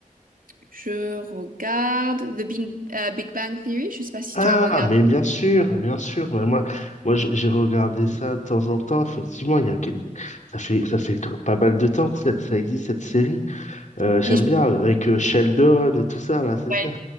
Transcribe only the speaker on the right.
Je regarde The Big, euh, Big Bang Theory. Je sais pas si
tu as regardé.
Mais
je-
ouais,